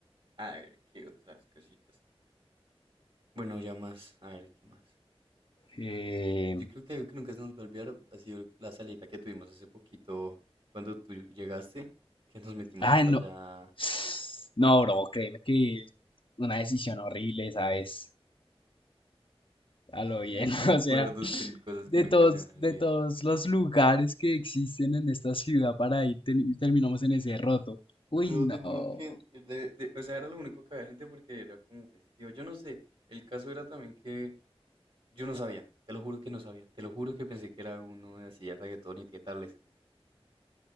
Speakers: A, on the right; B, on the left.
A: a ver, ¿qué otras cositas? Bueno, ya más, a ver, ¿qué más?
B: Eh,
A: Yo creo que algo que nunca se nos va a olvidar ha sido la salita que tuvimos hace poquito cuando tú llegaste, que nos metimos
B: Ay,
A: por
B: no.
A: allá.
B: <sighs> No, bro, créeme que una decisión horrible, ¿sabes? A lo bien,
A: Uy,
B: <laughs>
A: Recuerdos,
B: o sea,
A: que, cosas
B: de
A: que nunca
B: todos,
A: se van a
B: de
A: olvidar.
B: todos los lugares que existen en esta ciudad para ir, ter- terminamos en ese roto. Uy,
A: Bro,
B: no.
A: te juro que, de- de- o sea, era lo único que había gente porque era como festivo. Yo no sé, el caso era también que yo no sabía, te lo juro que no sabía, te lo juro que pensé que era uno de así de reggaetón y qué tales.